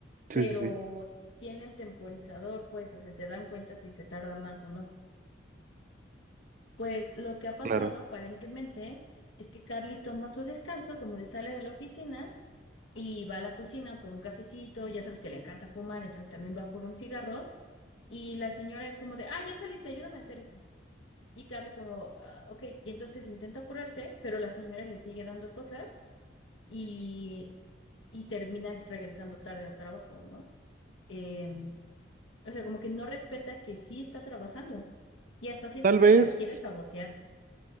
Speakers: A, on the right; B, on the left.
A: sí,
B: pero
A: sí, sí,
B: tienen temporizador, pues, o sea, se dan cuenta si se tarda más o no. Pues lo que ha pasado
A: claro.
B: aparentemente es que Carly toma su descanso, como de sale de la oficina y va a la cocina por un cafecito, ya sabes que le encanta fumar, entonces también va por un cigarro, y la señora es como de, ah, ya saliste, ayúdame a hacer esto. Y Carly como, "Ah, ok, y entonces intenta apurarse, pero la señora le sigue dando cosas y, y termina regresando tarde al trabajo, ¿no? Em, o sea, como que no respeta que sí está trabajando y hasta siento
A: Tal
B: que
A: vez,
B: la quiere sabotear.